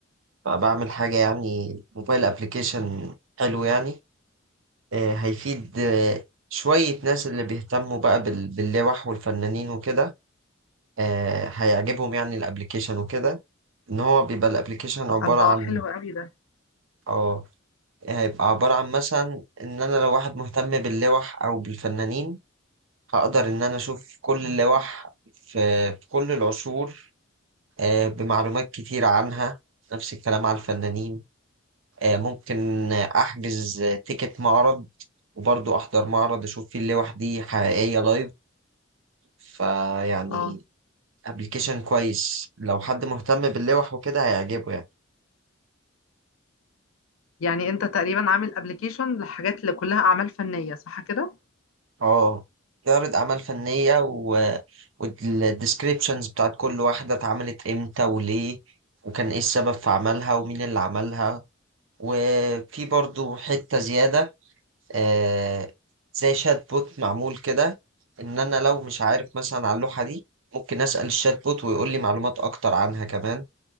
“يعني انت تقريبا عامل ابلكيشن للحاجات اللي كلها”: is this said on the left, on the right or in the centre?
Left